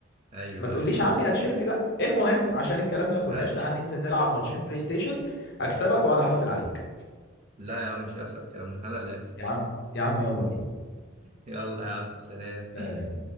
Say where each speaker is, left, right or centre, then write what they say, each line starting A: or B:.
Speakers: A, on the right (about 35°); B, on the left (about 55°).
A: ايوه
B: ما تقوليش
A: ايوه
B: عمي اتشربي بقى المهم عشان الكلام ما ياخدناش
A: <laughs>
B: تعال ننزل نلعب ماتشين بلاي ستيشن اكسبك واقعد احفل عليك
A: لا يا عم مش هيحصل الكلام ده انا اللي هكسب
B: يا عم يا عم يلا بينا
A: يلا يا عم سلام
B: لا لا